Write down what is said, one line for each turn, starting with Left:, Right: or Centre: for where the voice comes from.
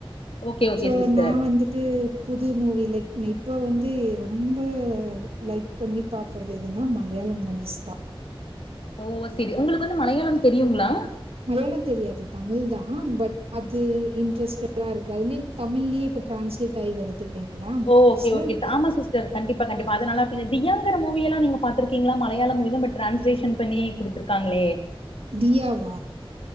Left: ஓகே ஓகே
Right: சோ
Left: சிஸ்டர்
Right: நா வந்துட்டு புது மூவி லைக் இப்ப வந்து ரொம்ப லைக் பண்ணி பாக்கறது எதுனா மலை யாள மூவிஸ்தா
Left: ஓ செரி உங்களுக்கு வந்து மலையாளம் தெரியுங்ளா
Right: மலையாளோ தெரியாது தமிழ்தா பட் அது இன்ட்ரெஸ்டடாருக்கு அதில்யே தமிழ்யே இப்ப டிரான்ஸ்லேட்டாயி வருது இல்லைங்களா மூவிஸு
Left: ஓ ஓகே ஓகே ஆமா சிஸ்டர் கண்டிப்பா கண்டிப்பா அது நல்லா இருக்கு இந்த தியாங்கிற மூவியெல்லா நீங்க பாத்திருக்கீங்ளா மலையாள மூவிதா பட் டிரான்ஸ்லேஷன் பண்ணி குடுத்துருக்காங்ளே
Right: தியாவா